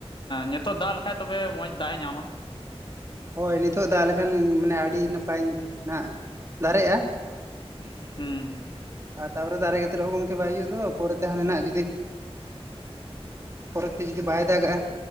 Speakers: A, on the left (about 50°); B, on the right (about 25°).
A: ᱱᱤᱛᱚᱜ ᱫᱟᱜ ᱞᱮᱠᱷᱟᱡ ᱛᱚᱵᱮ ᱢᱚᱡᱽ ᱫᱟᱜ ᱮ ᱧᱟᱢᱟ ᱾
B: ᱦᱳᱭ ᱱᱤᱛᱚᱜ ᱫᱟᱜ ᱞᱮᱠᱷᱟᱱ ᱢᱟᱱᱮ ᱟᱹᱰᱤ ᱱᱟᱯᱟᱭ ᱱᱟᱦᱟᱜ ᱫᱟᱨᱮᱜᱼᱟ ᱾
A: ᱦᱩᱸᱢ
B: ᱟᱨ ᱛᱟᱨᱯᱚᱨᱮ ᱫᱟᱨᱮ ᱠᱟᱛᱮᱫ ᱨᱮᱦᱚᱸ ᱜᱚᱢᱠᱮ ᱵᱟᱭ ᱦᱩᱭᱩᱜ ᱫᱚ, ᱯᱚᱨᱮᱛᱮ ᱦᱟᱸᱰᱮ ᱱᱟᱜ ᱡᱩᱫᱤ ᱯᱚᱨᱮᱛᱮ ᱡᱩᱫᱤ ᱵᱟᱭ ᱫᱟᱜᱟ